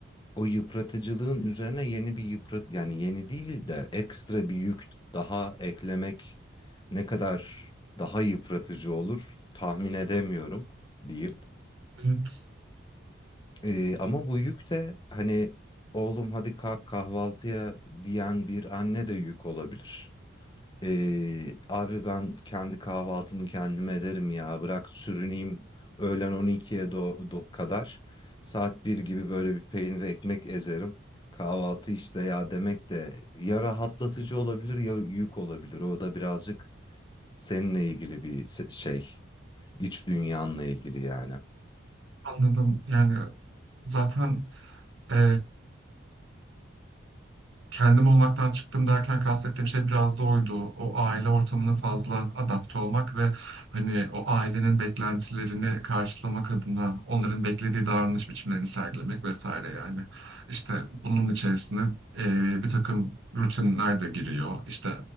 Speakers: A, on the left; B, on the right.
A: O yıpratıcılığın üzerine yeni bir yıprat yani yeni değil de ekstra bir yük daha eklemek ne kadar daha yıpratıcı olur tahmin edemiyorum diyeyim.
B: Evet.
A: Ee, ama bu yük de hani oğlum hadi kalk kahvaltıya diyen bir anne de yük olabilir. Ee, abi ben kendi kahvaltımı kendim ederim ya bırak sürüneyim öğlen 12'ye do do- kadar saat bir gibi böyle bir peynir ekmek ezerim. Kahvaltı işte ya demek de ya rahatlatıcı olabilir ya yük olabilir. O da birazcık seninle ilgili bir se- şey, iç dünyanla ilgili yani.
B: Anladım. Yani zaten eee, kendim olmaktan çıktım derken kastettiğim şey biraz da oydu. O aile ortamına fazla adapte olmak ve hani o ailenin beklentilerini karşılamak adına onların beklediği davranış biçimlerini sergilemek vesaire yani. İşte bunun içerisinde eee, bir takım rutinler de giriyor. İşte